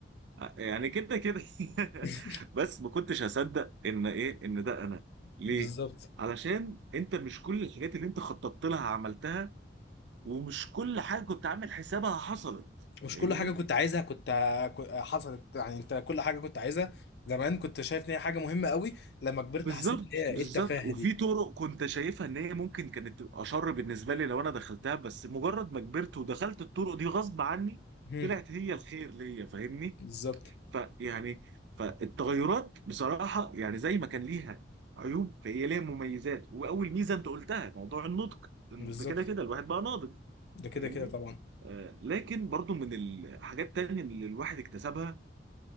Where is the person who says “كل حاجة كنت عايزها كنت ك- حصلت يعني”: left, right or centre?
Left